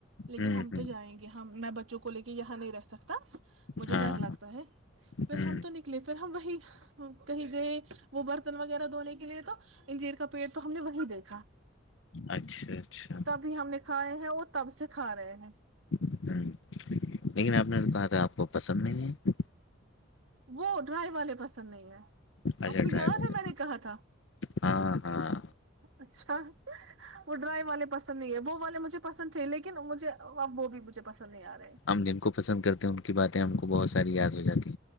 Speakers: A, on the right; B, on the left.
A: لیکن
B: ہ
A: ہم تو جائیں گے ہم میں بچوں کو لے کے یہاں نہیں رہ سکتا مجھے
B: ہاں
A: ڈر لگتا ہے پھر
B: ہ
A: ہم تو نکلے پھر ہم وہی کہیں گئے وہ برتن وغیرہ دھونے کے لیے تو انجیر کا پیڑ تو ہم نے وہی دیکھا
B: اچھا اچھا
A: تبھی ہم نے کھائے ہیں اور تب سے کھا رہے ہیں
B: ہ لیکن آپ نے تو کہا تھا آپ کو پسند نہیں ہے
A: وہ ڈرائی والے پسند نہیں ہیں
B: اچھا
A: آپ کو
B: ڈرائیور
A: یاد ہے میں نے کہا تھا
B: ہاں ہاں
A: اچھا وہ ڈرائی والے پسند نہیں ہے وہ والے مجھے پسند تھے لیکن مجھے اب وہ بھی مجھے پسند نہیں آ رہا
B: ہم جن کو پسند کرتے ہیں ان کی باتیں ہم کو بہت ساری یاد جی